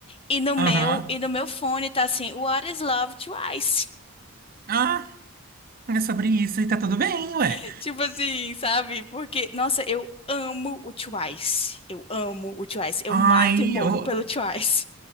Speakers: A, on the left (about 25°); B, on the right (about 40°).
A: E no meu,
B: Aham.
A: e no meu fone tá assim, What is Love Twice?
B: Ah, é sobre isso e tá tudo bem, ué.
A: <laughs> Tipo assim, sabe? Porque, nossa, eu amo o Twice. Eu amo o Twice. Eu
B: Ai,
A: mato e morro
B: eu.
A: pelo Twice.